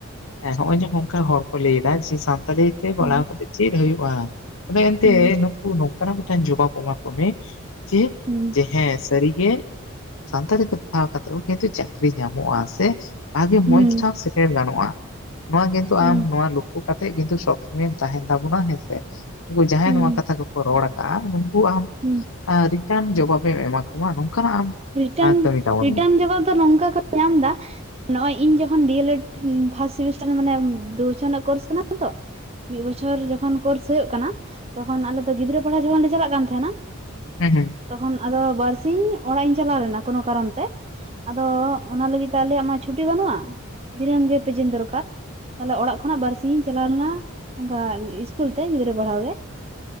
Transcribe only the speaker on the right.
ᱦᱩᱸ
ᱦᱩᱸ
ᱦᱩᱸ
ᱦᱩᱸ
ᱦᱩᱸ
ᱦᱩᱸ
ᱦᱩᱸ
ᱨᱤᱴᱟᱨᱱ
ᱨᱤᱴᱟᱨᱱ
ᱡᱚᱵᱟᱵ ᱫᱚ ᱱᱚᱝᱠᱟ ᱠᱚ ᱧᱟᱢ ᱫᱟ ᱱᱚᱜᱼᱚᱭ ᱤᱧ ᱡᱚᱠᱷᱚᱱ B L Ed first semester ᱢᱟᱱᱮ ᱫᱩ ᱵᱚᱪᱷᱚᱨ ᱨᱮᱱᱟᱜ ᱠᱳᱨᱥ ᱠᱟᱱᱟ ᱛᱚ ᱢᱤᱫ ᱵᱚᱪᱷᱚᱨ ᱡᱚᱠᱷᱚᱱ ᱠᱳᱨᱥ ᱦᱩᱭᱩᱜ ᱠᱟᱱᱟ ᱛᱚᱠᱷᱚᱱ ᱟᱞᱮᱫᱚ ᱜᱤᱫᱽᱨᱟᱹ ᱯᱟᱲᱦᱟ ᱡᱚᱠᱷᱚᱱ ᱞᱮ ᱪᱟᱞᱟᱜ ᱠᱟᱱ ᱛᱟᱦᱮᱸᱱᱟ
ᱛᱚᱠᱷᱚᱱ ᱟᱫᱚ ᱵᱟᱨᱥᱤᱧ ᱚᱲᱟᱜ ᱤᱧ ᱪᱟᱞᱟᱣ ᱞᱮᱱᱟ ᱠᱳᱱᱳ ᱠᱟᱨᱚᱱ ᱛᱮ ᱟᱫᱚ ᱚᱱᱟ ᱞᱟᱹᱜᱤᱫ ᱛᱮ ᱟᱞᱮᱭᱟᱜ ᱢᱟ ᱪᱷᱩᱴᱤ ᱵᱟᱹᱱᱩᱜᱼᱟ ᱫᱤᱱᱟᱹᱢ ᱜᱮ ᱯᱮᱡᱮᱱ ᱫᱚᱨᱠᱟᱨ ᱛᱟᱦᱞᱮ ᱚᱲᱟᱜ ᱠᱷᱚᱱᱟᱜ ᱵᱟᱨᱥᱤ ᱛᱤ ᱪᱟᱞᱟᱣ ᱞᱮᱱᱟ ᱚᱱᱠᱟ ᱤᱥᱠᱩᱞ ᱛᱮ ᱜᱤᱫᱽᱨᱟᱹ ᱯᱟᱲᱦᱟᱣ ᱜᱮ